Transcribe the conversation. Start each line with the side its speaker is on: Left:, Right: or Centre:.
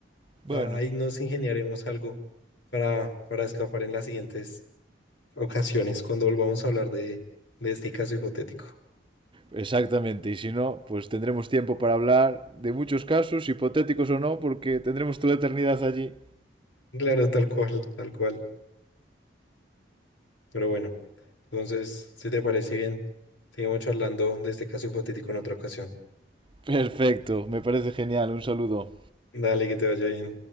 Right: Bueno,
Left: a- ahí nos ingeniaremos algo para, para escapar en las siguientes ocasiones cuando volvamos a hablar de, de este caso hipotético.
Right: Exactamente, y si no, pues tendremos tiempo para hablar de muchos casos, hipotéticos o no, porque tendremos toda la eternidad allí.
Left: Claro, tal cual, tal cual. Pero bueno, entonces, si te parece bien, seguimos charlando de este caso hipotético en otra ocasión.
Right: Perfecto, me parece genial, un saludo.
Left: Dale, que te vaya bien.